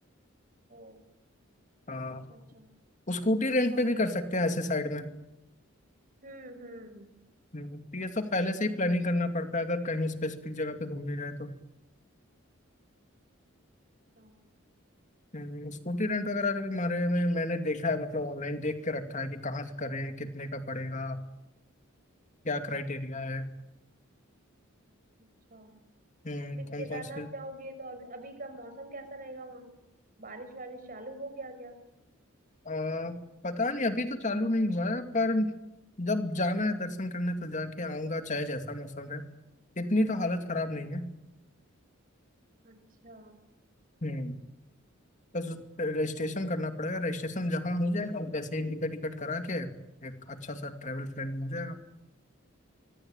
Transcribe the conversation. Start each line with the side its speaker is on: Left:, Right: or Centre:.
Right: ओ
Left: हाँ
Right: अच्छा अच्छा
Left: स्कूटी रेंट
Right: अच्छा हो
Left: पे भी
Right: गया
Left: कर
Right: ये
Left: सकते
Right: पता
Left: हैं ऐसे
Right: लग गया
Left: साइड में
Right: हम्म हम्म
Left: हम्म, तो ये सब पहले से ही प्लानिंग करना पड़ता है अगर कहीं स्पेसिफिक जगह पे घूमने जाए तो
Right: अच्छा
Left: हम्म, स्कूटी रेंट वगैरह के भी बारे में मैंने देखा है मतलब ऑनलाइन देख के रखा है कि कहाँ से करें कितने का पड़ेगा क्या क्राइटेरिया है
Right: अच्छा
Left: हम्म,
Right: फिर
Left: कौन
Right: केदारनाथ
Left: कौन से
Right: जाओगे तो अभी अभी का मौसम कैसा रहेगा वहाँ बारिश वारिश चालू हो गया क्या
Left: आ, पता नहीं अभी तो चालू नहीं हुआ है पर जब जाना है दर्शन करने तो जाके आऊंगा चाहे जैसा मौसम है इतनी तो हालत खराब
Right: <laughs>
Left: नहीं है
Right: अच्छा
Left: हम्म बस रजिस्ट्रेशन करना पड़ेगा रजिस्ट्रेशन जहाँ हो जाएगा वैसे ही टिकट टिकट करा के एक अच्छा सा ट्रैवल प्लानिंग हो जाएगा